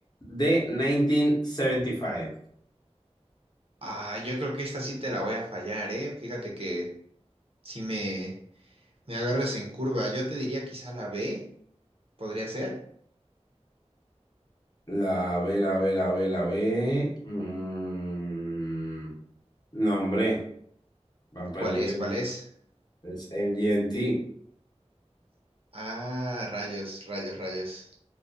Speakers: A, on the left; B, on the right.
A: D. 1975.
B: Ah, yo creo que esta sí te la voy a fallar, ¿eh? Fíjate que si me, me agarras en curva, yo te diría quizá la B, podría ser.
A: La B, la B, la B, la B. Mm, No, hombre. Vampire
B: ¿Cuál
A: Weekend
B: es? ¿Cuál es?
A: Es M G MGMT.
B: Ah, rayos, rayos, rayos.